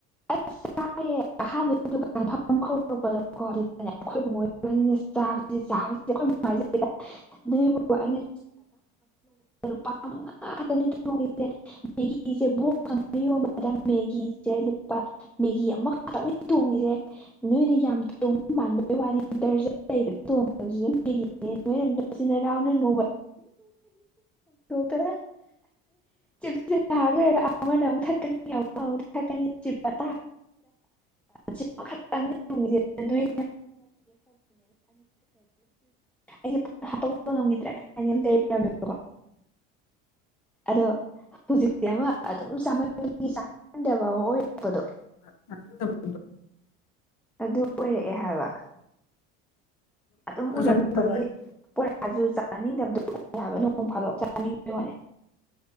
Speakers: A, in the centre; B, on the left.
A: ꯑꯁ ꯆꯥꯏꯑꯌꯦ ꯑꯍꯥꯟꯕꯒꯤ ꯗꯨꯀꯥꯟ ꯐꯝ ꯍꯧꯔꯛꯄꯗꯀꯣ ꯑꯩꯈꯣꯏ ꯕꯨꯡꯉꯣ ꯢꯕꯥꯅꯤꯅ ꯆꯥꯕꯁꯤ ꯆꯥꯕꯁꯤ ꯑꯩꯈꯣꯏꯁꯤꯗ ꯅꯣꯏ ꯕꯕ ꯑꯩꯅ ꯂꯨꯄꯥꯉꯥ <inaudible> ꯣꯡꯁꯦ ꯃꯦꯒꯤꯁꯦꯌꯣ ꯃꯦꯒꯤꯁꯦ <inaudible> ꯃꯦꯒꯤ ꯑꯃꯈꯛꯇꯪꯅꯤ ꯇꯣꯡꯉꯁꯦ ꯅꯣꯏꯅ ꯌꯥꯝ ꯇꯣꯡꯕ ꯃꯥꯟꯕ ꯋꯥꯔꯤ ꯗꯔꯖꯟ ꯂꯩꯕꯣꯡꯗꯕꯁꯨ ꯑꯗꯨ ꯅꯣꯏꯅ ꯅꯨꯡꯁꯤꯅꯔꯥꯎꯅ ꯅꯣꯡꯃ ꯣꯛꯇꯔ ꯆ ꯆ ꯍꯥꯏꯂꯔꯣꯅꯤ ꯊꯅꯤ ꯊꯅꯤ ꯆꯤꯄ ꯇꯥ ꯆꯤꯄ ꯈꯛꯇꯪꯅꯤ ꯇ꯭ꯔ ꯑꯗꯨꯗꯤ ꯑꯩꯁꯦ ꯍꯥꯄꯛꯄ ꯉꯝꯈꯤꯗ꯭ꯔꯥ ꯀ ꯑꯗꯣ ꯍꯧꯖꯤꯛꯇꯤ ꯑꯃ ꯑꯗꯨꯝ ꯆ ꯆꯟꯗꯕ ꯑꯃ ꯑꯣꯏꯔ ꯎꯄꯗꯣ
B: <inaudible>
A: ꯑꯗꯨ ꯑꯣꯏꯔꯛꯑꯦ ꯍꯥꯏꯕ ꯑꯗꯨꯝ
B: ꯑꯗꯣ
A: ꯎꯔꯛꯄꯒꯤ
B: ꯆꯥꯅꯤꯡꯗꯕ ꯍꯥꯏꯗꯤ
A: ꯄꯣꯔꯥꯁꯨ ꯆꯥꯅꯅꯤꯡꯗꯕꯗꯨ ꯎ ꯍꯥꯏꯕ ꯅꯣꯡ ꯐꯥꯗꯣꯛ ꯆꯥꯅꯤꯡꯕꯣꯅꯦ